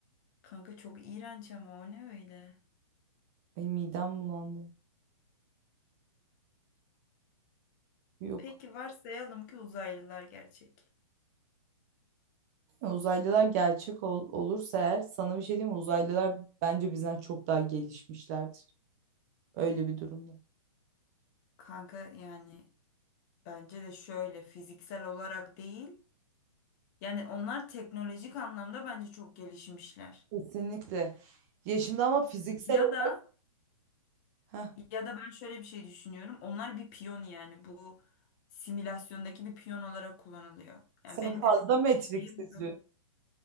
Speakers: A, on the left; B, on the right.
A: Kanka çok iğrenç ama o ne öyle?
B: Ay midem bulandı. Yok.
A: Peki varsayalım ki uzaylılar gerçek.
B: Ya Uzaylılar gerçek ol- olursa eğer sana bir şey diyeyim mi? Uzaylılar bence bizden çok daha gelişmişlerdir. Öyle bir durumda.
A: Kanka yani bence de şöyle fiziksel olarak değil. Yani onlar teknolojik anlamda bence çok gelişmişler.
B: Kesinlikle. Ya şimdi ama fiziksel
A: Ya
B: olarak
A: da
B: Heh,
A: ya da ben şöyle bir şey düşünüyorum. Onlar bir piyon yani bu simülasyondaki bir piyon olarak kullanılıyor. Yani
B: sen
A: benim
B: fazla
A: hep
B: Matrix
A: şeyim
B: izliyorsun.
A: böyle.